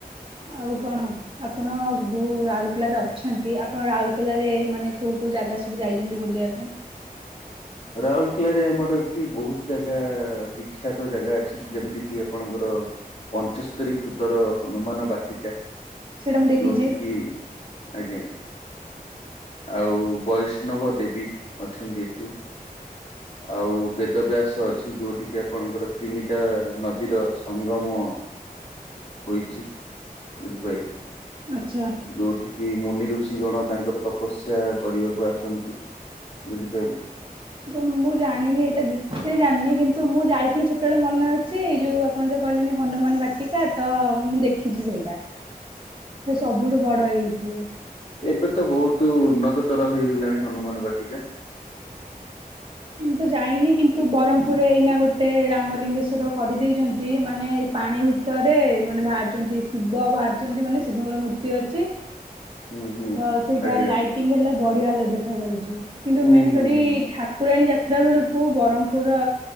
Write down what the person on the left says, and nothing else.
ରାଉରକେଲାରେ ଆମର ଏଠି ବହୁତ ଜାଗା ବିଖ୍ୟାତ ଜାଗା ଅଛି ଯେମିତି କିି ଆପଣଙ୍କର ପଞ୍ଚସ୍ତରୀ ଫୁଟର ହନୁମାନ ବାଟିକା।
ଯୋଉଠିକି ଆଜ୍ଞା। ଆଉ ବୈଷ୍ଣବ ଦେବୀ ଅଛନ୍ତି ଏଠି। ଆଉ ବେଦ ବ୍ୟାସ ଅଛି। ଯୋଉଠିକ କି ଆପଣଙ୍କର ତିନିଟା ନଦୀର ସଙ୍ଗମ। ହୋଇଛି ବୁଝି ପାରିଲେ
ଯୋଉଠି କି ମୁନି ଋଷି ଗଣ ତାଙ୍କର ତପସ୍ୟା କରିବାକୁ ଆସନ୍ତି ବୁଝିପାରିଲେ।
<inaudible>
ଏବେ ତ ବହୁତ ଉନ୍ନତତର ହେଇଗଲାଣି ହନୁମାନ ବାଟିକା।
ହୁଁ ହୁଁ।
ଆଜ୍ଞା
ହୁଁ
ହୁଁ
ହୁଁ